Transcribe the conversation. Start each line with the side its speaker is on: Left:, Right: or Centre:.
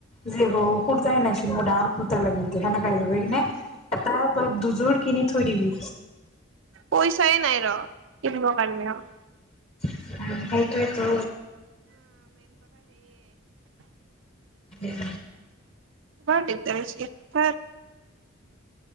Left: যে, হ, কুৰ্তাই নাইচোন মোৰ ডা <unintelligible> সেনেকা এযোৰ লৈ কিনে এটা বা দুযোৰ কিনি থৈ দিবি।
Right: পইচাই নাই ৰ। কিনিব কাৰনে অ',
Left: সেইটোৱেতো
Right: <unintelligible>
Left: উম।
Right: বৰ দিগদাৰ হৈছে <unintelligible>